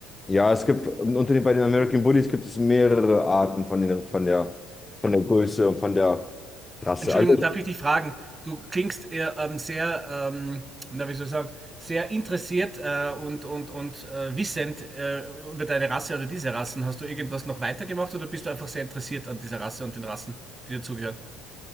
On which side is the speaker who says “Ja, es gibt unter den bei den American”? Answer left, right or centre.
Left